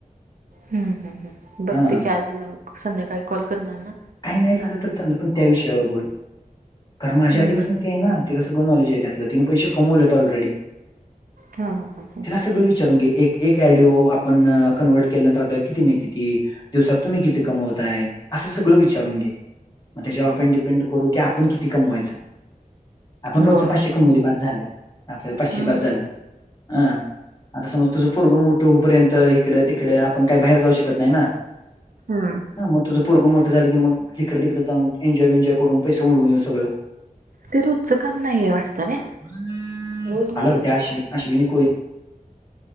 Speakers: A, on the right; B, on the left.
A: हम्म्म हम्म्म हम्म्म बघते
B: हां.
A: की आज संध्याकाळी कॉल करणार ना
B: काय नाही झालं तर चाललं पण त्या विषयावर बोल, कारण माझ्या
A: हम्म
B: आधीपासन ती आहे ना. तिला सगळ नॉलेज आहेे त्यातल तिने पैसे कमवल्यात ऑल रेडी.
A: हा हा ह
B: तीला सगळं विचारून घे, एक एक ॲडिओ आपण कन्वर्ट केल्यानंतर आपल्याला किती मिळत्याती, दिवसात तुम्ही किती कमवताय, असं सगळं विचारून घे. म त्याच्यावर आपण डिपेंड करू की आपण किती कमवायचं. आपण रोजच
A: होय
B: पाचशे कमवुदे बास झाल, आपल्याला पाचशे
A: हम्म
B: बास झाल, अ आता समज तुझ पोरग मोठ हुं पर्यंत इकडं तिकड आपण काही बाहेर जाऊ शकत नाही ना
A: हम.
B: ह मग तुझ पोरग मोठं झालं की मग हिकडं तिकड जाऊन एन्जॉय विनजॉय करून पैस उडवून येऊ सगळं.
A: ते रोजचं काम नाहीेय वाटत रे,
B: आला
A: रोज नाहीये
B: बघ त्या
A: ते
B: अश्विन
A: काम.
B: अश्विनी कोळी